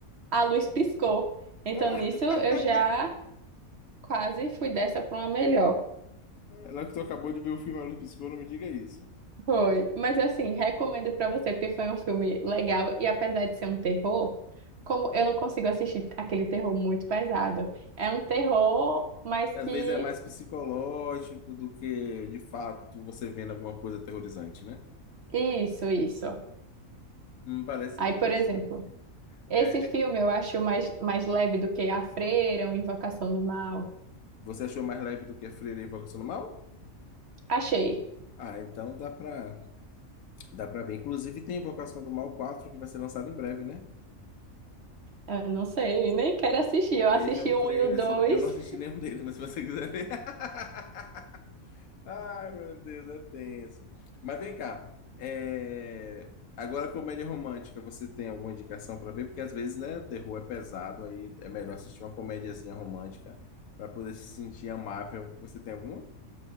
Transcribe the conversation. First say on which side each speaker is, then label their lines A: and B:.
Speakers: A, on the right (about 55°); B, on the left (about 80°).
A: a luz piscou. Então
B: <laughs>
A: nisso eu já quase fui dessa para uma melhor.
B: lá que tu acabou de ver o filme Olho Piscou, não me diga isso.
A: Foi. Mas assim, recomendo para você porque foi um filme legal e apesar de ser um terror como eu não consigo assistir aquele terror muito pesado. É um terror, mas
B: Às
A: que.
B: vezes é mais psicológico do que, de fato, você vendo alguma coisa aterrorizante, né?
A: Isso, isso.
B: Hum, parece
A: Aí,
B: interessante.
A: por exemplo, esse
B: É,
A: filme
B: é,
A: eu acho mais, mais leve do que A Freira, ou Invocação do Mal.
B: você achou mais leve do que a Freira e a Invocação do Mal?
A: Achei.
B: Ah, então dá pra, dá pra ver. Inclusive tem Invocação do Mal 4 que vai ser lançado em breve, né?
A: Eu não sei, nem quero assistir. Eu
B: Veja
A: assisti
B: o trailer.
A: o um e o dois.
B: se- Eu não assisti nenhum <laughs> deles, mas se você quiser ver. <laughs> Ai, meu Deus, é tenso. Mas vem cá. é, Agora, comédia romântica, você tem alguma indicação pra ver? Porque às vezes, né, o terror é pesado, aí é melhor assistir uma comediazinha romântica pra poder se sentir amável. Você tem alguma?